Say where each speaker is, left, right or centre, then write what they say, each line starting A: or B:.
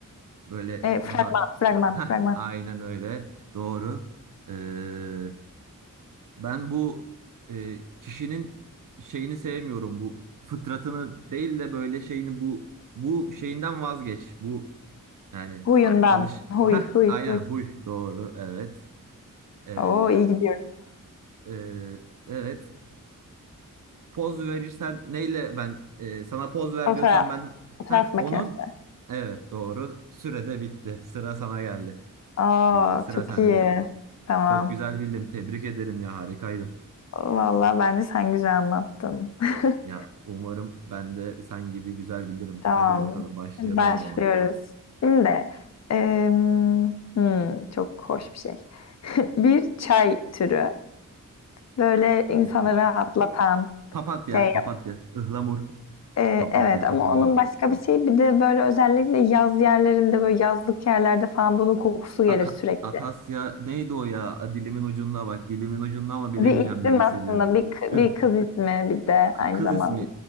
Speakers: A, on the right; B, on the left.
A: Böyle
B: Ee, fragman,
A: daha
B: fragman,
A: ha
B: fragman.
A: aynen öyle. Doğru. Ee, ben bu e, kişinin şeyini sevmiyorum. Bu fıtratını değil de böyle şeyini bu bu şeyinden vazgeç. Bu yani
B: Huyundan.
A: a- alış
B: Huy,
A: ha
B: huy,
A: aynen
B: huy.
A: huy doğru evet. Ee,
B: Oo iyi gidiyorum.
A: e, evet. Poz verirsen neyle ben e, sana poz ver
B: Fotoğraf.
A: diyorsam ben
B: Fotoğraf
A: ha
B: makinesi.
A: onun evet doğru. Sürede bitti. Sıra sana geldi.
B: Aa
A: Gülce sıra
B: çok
A: sende.
B: iyi. Tamam.
A: Çok güzel bildin. Tebrik ederim ya harikaydın.
B: Tamam. Vallahi bence sen güzel anlattın. <laughs>
A: Ya umarım ben de sen gibi güzel bilirim.
B: Tamam.
A: Hadi bakalım başlayalım
B: Hadi Başlıyoruz.
A: o zaman.
B: Şimdi em, hmm, çok hoş bir şey. <laughs> Bir çay türü. Böyle insanı
A: Ö- ö-
B: rahatlatan
A: Papatya,
B: şey.
A: papatya, ıhlamur,
B: E,
A: papatya,
B: evet ama
A: ıhlamur.
B: onun başka bir şey. Bir de böyle özellikle yaz yerlerinde böyle yazlık yerlerde falan bunun kokusu gelir
A: Aka-
B: sürekli.
A: akasya neydi o ya? A, Dilimin ucunda bak, dilimin ucunda ama bilemeyeceğim
B: Bir isim
A: gibi hissediyorum.
B: aslında, bir, k-
A: Ih,
B: bir kız ismi bir de
A: k-
B: aynı
A: kız
B: zamanda.
A: ismi.